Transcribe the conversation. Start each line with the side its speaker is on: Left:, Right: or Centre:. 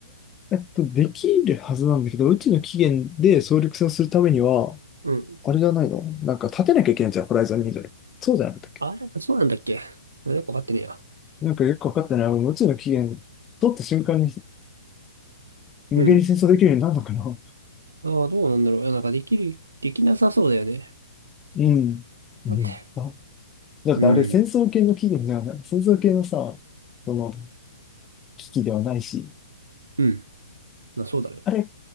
Left: えっと、できるはずなんだけど、うちの起源で総力戦をするためには、
Right: うん。
Left: あれじゃないのなんか立てなきゃいけないじゃん、ホライゾンニードル。そうじゃなかったっけ
Right: あれそうなんだっけなんかわかってねえや。
Left: なんかよくわかってない。俺、うちの起源取った瞬間に無限に戦争できるようになるのかな
Right: うん。ああ、どうなんだろう。いや、なんかできる、できなさそうだよね。
Left: うん。うん。
Right: なんで
Left: あだってあれ戦争系の起源ではない。
Right: うん。
Left: 戦争系のさ、その危機ではないし、
Right: うん。まあ、そうだね。
Left: あれ、